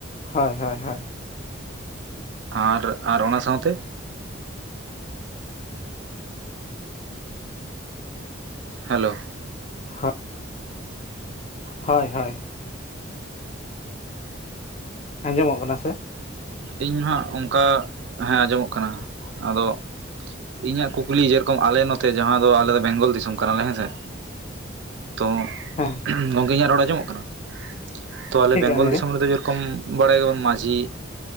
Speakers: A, on the left (about 30°); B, on the right (about 60°).
A: ᱦᱳᱭ ᱦᱳᱭ ᱦᱳᱭ
B: ᱟᱨ ᱟᱨ ᱚᱱᱟ ᱥᱟᱶᱛᱮ ᱦᱮᱞᱳ
A: ᱦᱚ ᱦᱳᱭ ᱦᱳᱭ ᱟᱸᱡᱚᱢᱚᱜ ᱠᱟᱱᱟ ᱥᱮ
B: ᱤᱧ ᱦᱚᱸ ᱚᱱᱠᱟ ᱦᱮᱸ ᱟᱸᱡᱚᱢᱚᱜ ᱠᱟᱱᱟ ᱟᱫᱚ ᱤᱧᱟᱹᱜ ᱠᱩᱠᱞᱤ ᱡᱮᱨᱚᱠᱚᱢ ᱟᱞᱮ ᱱᱚᱛᱮ ᱡᱟᱦᱟᱸ ᱫᱚ ᱟᱞᱮ ᱫᱚ ᱵᱮᱝᱜᱚᱞ ᱫᱤᱥᱚᱢ ᱠᱟᱱᱟᱞᱮ ᱦᱮᱸᱥᱮ ᱛᱚ
A: ᱦᱮᱸ
B: ᱜᱚᱢᱠᱮ ᱤᱧᱟᱹᱜ ᱨᱚᱲ ᱟᱸᱡᱚᱢᱚᱜ ᱠᱟᱱᱟ ᱛᱚ ᱟᱞᱮ
A: ᱴᱷᱤᱠ
B: ᱵᱮᱝᱜᱚᱞ
A: ᱟᱸᱡᱚᱢ
B: ᱫᱤᱥᱚᱢ
A: ᱜᱮ
B: ᱨᱮᱫᱚ ᱡᱮᱨᱚᱠᱚᱢ ᱵᱟᱲᱟᱭ ᱜᱮᱭᱟᱵᱚᱱ ᱢᱟᱺᱡᱷᱤ